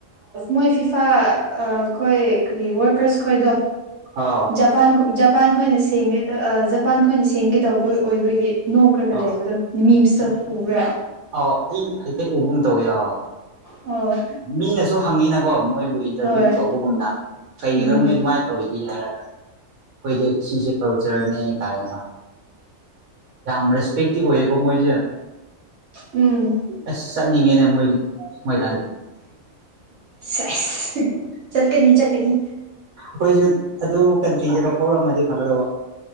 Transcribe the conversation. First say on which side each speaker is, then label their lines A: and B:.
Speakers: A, on the right; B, on the right.
A: ꯃꯣꯏ ꯐꯤꯞ ꯑꯩꯈꯣꯏ ꯀꯔꯤ ꯋꯥꯔꯀꯔꯁ ꯈꯣꯏꯗꯣ
B: ꯑꯥꯎ
A: ꯖꯄꯥꯟꯖꯄꯥꯟ ꯑꯩꯈꯣꯏꯅ ꯁꯦꯡꯉꯦ ꯖꯄꯥꯟ ꯑꯩꯈꯣꯏꯅ ꯁꯦꯡꯒꯦ ꯇꯧꯕ ꯑꯣꯏꯕꯒꯤ ꯅꯣꯛꯈ꯭ꯔꯒ
B: ꯑꯥ
A: ꯂꯩꯕꯗ ꯃꯤꯝꯁꯇꯣ ꯎꯕ꯭ꯔꯦ
B: ꯑꯥꯎ ꯑꯩ ꯍꯥꯏꯐꯦꯠ ꯎꯕꯨꯝ ꯇꯧꯋꯦ ꯑ
A: ꯑꯣ
B: ꯃꯤꯅꯁꯨ ꯍꯪꯉꯤꯅꯀꯣ ꯃꯣꯏꯕꯨ ꯏꯟꯇꯔꯚꯤꯌꯨ
A: ꯍꯣꯏ
B: ꯇꯧꯕꯒꯨꯝꯅ ꯀꯩꯒꯤꯅꯣ
A: ꯎꯝ
B: ꯅꯣꯏ ꯑꯗꯨꯃꯥꯏꯅ ꯇꯧꯋ ꯏ ꯍꯥꯏꯔꯒ ꯑꯩꯈꯣꯏꯗꯤ ꯁꯤꯁꯦ ꯀꯜꯆꯔꯅꯦ ꯀꯥꯏꯅ ꯌꯥꯝ ꯔꯦꯁꯄꯛꯇꯤ ꯑꯣꯏꯀꯣ ꯃꯣꯏꯁꯦ
A: ꯎꯝ
B: ꯑꯁ ꯆꯠꯅꯤꯡꯉꯦꯅꯦ ꯃꯣꯏ ꯃꯣꯏ
A: ꯁꯧꯁ ꯆꯠꯀꯅꯤ ꯆꯠꯀꯅꯤ
B: ꯑꯩꯈꯣꯏꯁꯨ ꯑꯗꯨ ꯀꯟꯇ꯭ꯔꯤꯗꯒꯄꯧꯔꯝꯃꯗꯤ ꯐꯒꯗꯧꯕ